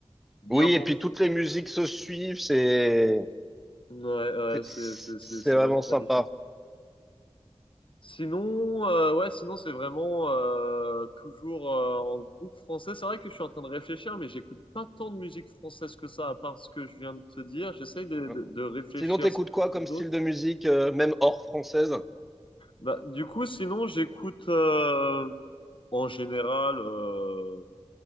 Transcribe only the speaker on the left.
bien
pensé.
Ouais, ouais,
c'est,
c'est, c'est, c'est
vraiment
magnifique. Sinon, euh, ouais, sinon c'est vraiment euh, toujours euh, en groupe français. C'est vrai que je suis en train de réfléchir, mais j'écoute pas tant de musique française que ça, à part ce que je viens de te dire. J'essaye de,
de, de réfléchir
si
j'en
trouve d'autres.
Bah, du coup, sinon j'écoute euh, en général euh,